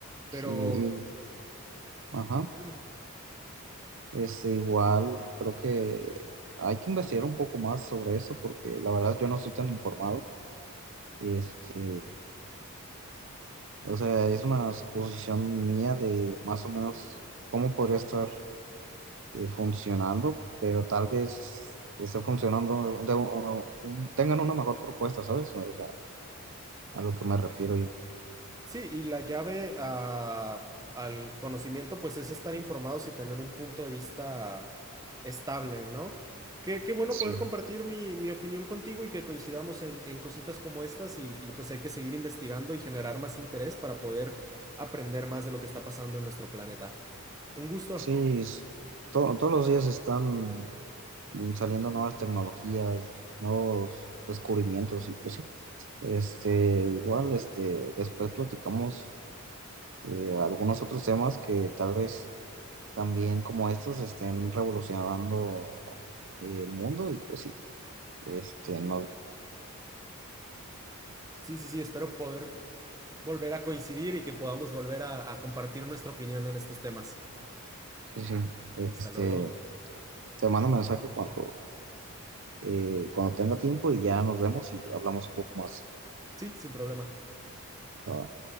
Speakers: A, on the right; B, on the right.
A: Pero
B: Sí, y- ajá.
A: dime, dime.
B: Este, igual creo que hay que investigar un poco más sobre eso porque la verdad yo no estoy tan informado. Este, o sea, es una suposición mía de más o menos cómo podría estar eh, funcionando, pero tal vez esté funcionando, de- o- un- tengan una mejor propuesta, ¿sabes? O sea, a lo que me refiero yo.
A: Sí, y la llave a- al conocimiento, pues es estar informados y tener un punto de vista estable, ¿no? Qué, qué bueno
B: Sí,
A: poder compartir mi, mi opinión contigo y que coincidamos en, en cositas como estas y, y pues hay que seguir investigando y generar más interés para poder aprender más de lo que está pasando en nuestro planeta. Un gusto.
B: sí, es- to- todos los días están saliendo nuevas tecnologías, nuevos descubrimientos y pues sí. Este, igual, este, después platicamos eh, algunos otros temas que tal vez también como estos estén revolucionando eh, el mundo y pues sí, este, no,
A: Sí, sí, sí, espero poder volver a coincidir y que podamos volver a a compartir nuestra opinión en estos temas.
B: sí, sí, este,
A: Hasta luego.
B: te mando mensaje cuando, eh, cuando tenga tiempo y ya nos vemos y hablamos un poco más.
A: Sí, sin problema.
B: va.